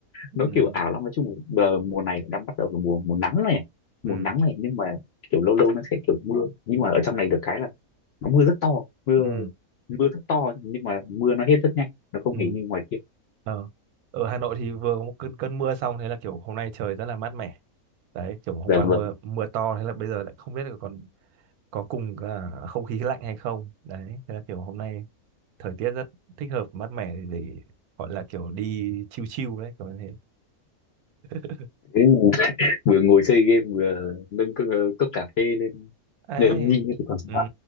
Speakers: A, on the right; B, on the left.
A: ừ
B: nó kiểu ảo lắm nói chung là giờ mùa này đang bắt đầu là mùa mùa nắng này mùa
A: ừ
B: nắng này nhưng mà kiểu lâu lâu nó sẽ kiểu mưa nhưng mà ở trong này được cái là nó mưa rất to mưa
A: ừ
B: mưa rất to nhưng mà mưa nó hết rất nhanh nó không
A: ừ
B: hề như ngoài kia
A: ờ ở Hà Nội thì vừa có một cơn cơn mưa xong thế là kiểu hôm nay trời rất là mát mẻ đấy kiểu hôm
B: dạ
A: qua
B: vâng
A: mưa mưa to thế là bây giờ lại không biết là còn có cùng cả không khí lạnh hay không đấy thế là kiểu hôm nay thời tiết rất thích hợp mát mẻ để gọi là kiểu đi chill chill đấy kiểu như thế <laughs>
B: Thế vừa ngồi chơi game vừa nâng cốc, cốc cà phê lên
A: ấy
B: nhâm nhi thì còn
A: ừ,
B: sao.